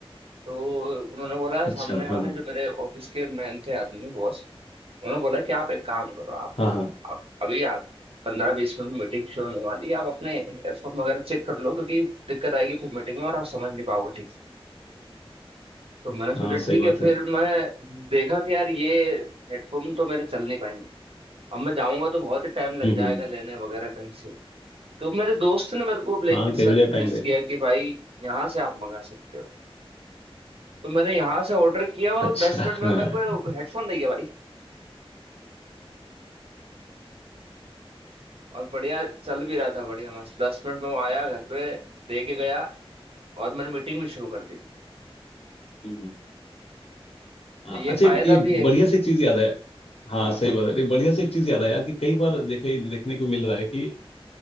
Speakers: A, on the right; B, on the left.
A: तो उन्होंने बोला
B: अच्छा
A: सामने वाले
B: हाँ हाँ
A: जो मेरे ऑफिस के मैन थे आदमी बॉस उन्होंने बोला कि आप एक काम करो आप,
B: हाँ हाँ
A: आप अभी आप पंद्रह बीस मिनट में मीटिंग शुरू होने वाली है आप अपने एयरफोन वगैरह चेक कर लो क्योंकि दिक्कत आएगी फिर मीटिंग में और आप समझ नहीं पाओगे ठीक से तो मैंने सोचा
B: हाँ
A: ठीक
B: सही बात
A: है फिर
B: है
A: मैं देखा कि यार ये हेडफोन तो मेरे चल नहीं पाएंगे अब मैं जाऊंगा तो बहुत ही टाइम लग
B: हम्म
A: जाएगा
B: हम्म,
A: लेने वगैरह कहीं से तो मेरे दोस्त ने मेरे को ब्लैंकेट
B: हाँ
A: सजेस्ट
B: कई बजे टाइम लगेगा
A: किया कि भाई यहाँ से आप मंगा सकते हो तो मैंने यहाँ से ऑर्डर किया और
B: अच्छा
A: वो दस मिनट
B: हाँ
A: में मेरे को हेडफोन दे गया भाई और बढ़िया चल भी रहा था बढ़िया मस्त दस मिनट में वो आया घर पे दे के गया और मैंने मीटिंग भी शुरू कर दी
B: हम्म, हम्म। हाँ,
A: तो ये
B: अच्छा
A: फायदा
B: ये
A: भी है
B: बढ़िया से एक चीज याद है हाँ
A: हाँ
B: सही बात है नहीं, बढ़िया से एक चीज याद है यार कि कई बार देखे देखने को मिल रहा है कि